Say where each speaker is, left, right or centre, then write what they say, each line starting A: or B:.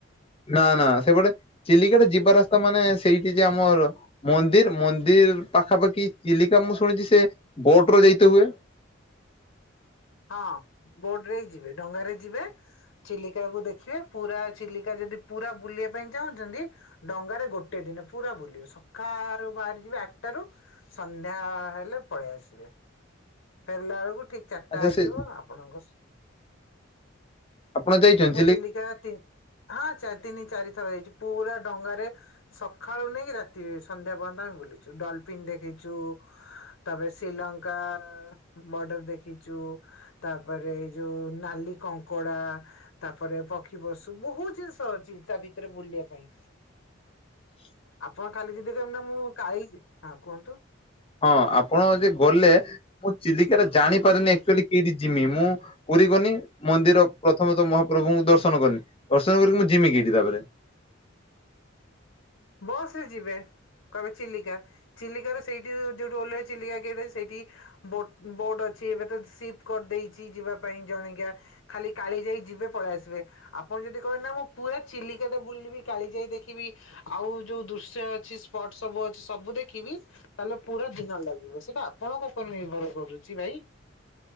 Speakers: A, on the left; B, on the left.
A: ନା ନା ସେପଟେ ଚିଲିକାଟା ଯିବା ରାସ୍ତା ମାନେ ସେଇଠି ଯେ ଆମର ମନ୍ଦିର ମନ୍ଦିର ପାଖାପାଖି ଚିଲିକା ମୁଁ ଶୁଣିଛି ସେ ବୋଟ ର ଯାଇତେ ହୁଏ।
B: ହଁ ବୋଟ ରେ ହି ଯିବେ ଡଙ୍ଗାରେ ଯିବେ ଚିଲିକାକୁୁ ଦେଖିବେ ପୁରା ଚିଲିକା ଯଦି ପୁରା ବୁଲିବା ପାଇଁ ଚାହୁଁଛନ୍ତି ଡଙ୍ଗାରେ ଗୋଟେ ଦିନ ପୁରା ବୁଲିବେ ସକାଳୁ ବାହାରି ଯିବେ ଆଠଟାରୁ ସନ୍ଧ୍ୟା ହେଲେ ପଳେଇ ଆସିବେ। ଫେରିଲା ବେଳକୁ ଠିକ ଚାର
A: ଆଚ୍ଛା
B: ଟା ହେଇଥିବ
A: ସେ
B: ଆପଣଙ୍କ ଶ୍,
A: ଆପଣ ଯାଇଛନ୍ତି
B: ମୁଁ ଚିଲିକା ତିନ୍ ହଁ ଚାର ତିନି ଚାରିଥର ଯାଇଛି ପୁରା ଡଙ୍ଗାରେ ସଖାଳୁ ନେଇକି ରାତି ସନ୍ଧ୍ୟା ପର୍ଯ୍ୟନ୍ତ ଆମେ ବୁଲିଛୁ ଡଲଫିନ୍ ଦେଖେଇ ଚୁ ତାପରେ ଶ୍ରୀଲଙ୍କା ବର୍ଡର ଦେଖି ଚୁ ତାପରେ ଏ ଯୋଉ ନାଲି କଙ୍କଡ଼ା ତାପରେ ପକ୍ଷୀ ପଶୁ ବହୁତ ଜିନିଷ ଅଛି ତା ଭିତରେ ବୁଲିବା ପାଇଁ।
A: <inaudible>
B: ଆପଣ କାଲି ଯଦି କହିବେ ନା ମୁଁ କାଇଁ ହଁ କୁହନ୍ତୁ
A: ହଁ ଆପଣ ଯେ ଗଲେ ମୁଁ ଚିଲିକା ଟା ଜାଣିପାରିନି ଆକଚୁଆଲି କେଠି ଜିମି ମୁଁ କୋଉଠି କି କନି ମନ୍ଦିର ପ୍ରଥମେ ତ ମହାପ୍ରଭୁଙ୍କୁ ଦର୍ଶନ କନି ଦର୍ଶନ କରିକି ମୁଁ ଜିମି
B: ହୁଁ
A: କେଠି ତାପରେ?
B: ବସ ରେ ଯିବେ କହିବେ ଚିଲିକା। ଚିଲିକାରେ ସେଇଠି ଯୋଉ ଯୋଉଠୁ ଓହ୍ଲେଇବେ ଚିଲିକା କେଠି ଅଛି ସେଇଠି। ବୋଟ୍ ବୋଟ ଅଛି ଏବେ ତ ସିପ କରିଦେଇଛି ଯିବା ପାଇଁ ଜଣିକିଆ। ଖାଲି କାଳିଜାଇ ଯିବେ ପଳେଇ ଆସିବେ। ଆପଣ ଯଦି କହିବେ ନା ମୁଁ ପୁରା ଚିଲିକା ଟା ବୁଲିବି କାଳି ଯାଇ ଦେଖିବି ଆଉ ଯୋଉ ଦୃଶ୍ୟ ଅଛି ସ୍ପଟ୍ ସବୁ ଅଛି ସବୁ ଦେଖିବି ତାହେଲେ ପୁରା ଦିନ ଲାଗିବ ସେଟା ଆପଣଙ୍କ ଉପରେ ନିର୍ଭର କରୁଛି ଭାଇ।